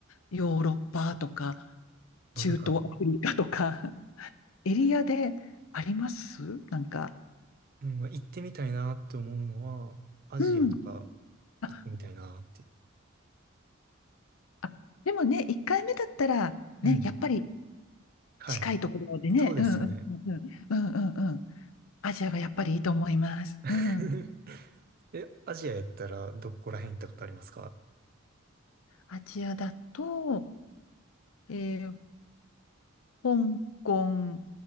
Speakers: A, on the left; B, on the right.
A: ヨーロッパとか中東アフリカとか、
B: まあなんか、
A: <laughs> エリアでありますなんか。
B: うん、まあ行ってみたいなって思うのは、アジアとか
A: うん。あ
B: 行ってみたいなって。
A: あでもね、1回目だったら、
B: うん。
A: ね、やっぱり
B: はい。
A: 近いところでね、
B: そうですよね。
A: うんうんうんうん、うんうんうん、アジアがやっぱりいいと思います。
B: <laughs>
A: うん。
B: え、アジアやったらどこら辺行ったことありますか
A: アジアだと、えー香港、